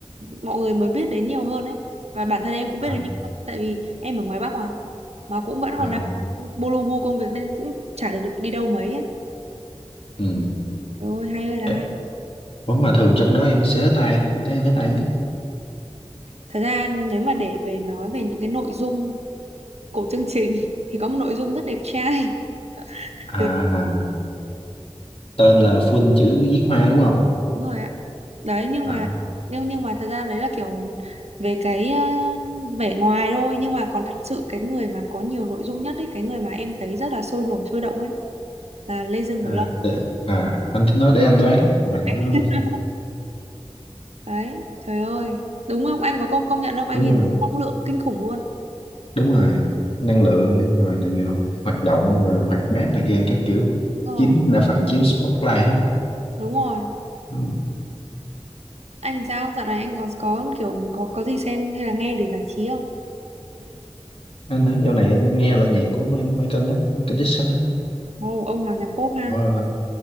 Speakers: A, on the right; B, on the left.
A: mọi người mới biết đến nhiều hơn ấy và bản thân em cũng biết
B: à,
A: đến nhiều hơn tại vì em ở ngoài Bắc mà mà cũng vẫn
B: à,
A: còn đang bô lô bô công việc nên cũng chả được, được đi đâu mấy ấy
B: ừ.
A: Trời ơi hay ơi là
B: Ê,
A: hay
B: ủa mà thường trong đó em sẽ thích ai em thấy em thích ai nhất
A: thật ra nếu mà để về nói về những cái nội dung của chương trình thì có một nội dung rất đẹp trai
B: à
A: Dạ,
B: tên là full chữ viết hoa đúng không
A: đúng rồi ạ đấy nhưng
B: à,
A: mà nhưng nhưng mà thật ra đấy là kiểu về cái ờ, vẻ ngoài thôi nhưng mà còn thật sự cái người mà có nhiều nội dung nhất ấy cái người mà em thấy rất là sôi nổi sôi động ấy là Lê Dương
B: à,
A: Bảo Long
B: để, à anh tính nói để anh đoán mà em
A: đấy,
B: nói luôn
A: <laughs> Đấy, trời ơi đúng không anh có công công nhận không anh
B: đúng
A: ấy
B: rồi
A: năng lượng kinh khủng luôn
B: đúng rồi năng lượng rồi này, hoạt động rồi hoạt bát này kia các kiểu
A: Đúng
B: chiếm
A: rồi
B: đa phần chiếm spotlight hết á.
A: đúng rồi
B: ừ.
A: anh sao dạo này anh có có kiểu có có gì xem hay là nghe để giải trí không
B: anh hả dạo này anh nghe lại nhạc của Mi- Michael á Michael Jackson á
A: ồ ông Hoàng nhạc pop ha
B: ờ,